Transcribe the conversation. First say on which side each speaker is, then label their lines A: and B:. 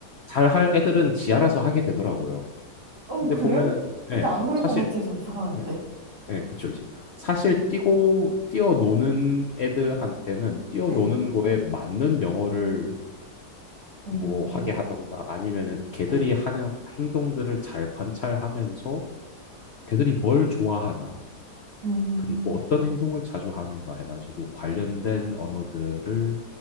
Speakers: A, on the left (about 55°); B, on the right (about 70°).
A: 잘할 애들은 지 알아서 하게 되더라고요.
B: 어,
A: 근데
B: 그래요?
A: 보면은
B: 근데
A: 예,
B: 안 그럴
A: 사실
B: 것 같아서 불안한데.
A: 예, 예, 그쵸 이제 사실 뛰고 뛰어노는 애들한테는 뛰어노는
B: 네.
A: 거에 맞는 영어를
B: 음,
A: 뭐 하게 하던가 아니면은 걔들이
B: 네.
A: 하는 행동들을 잘 관찰하면서 걔들이 뭘 좋아하나
B: 음,
A: 그리고 어떤 행동을 자주 하는가 해가지고 관련된 언어들을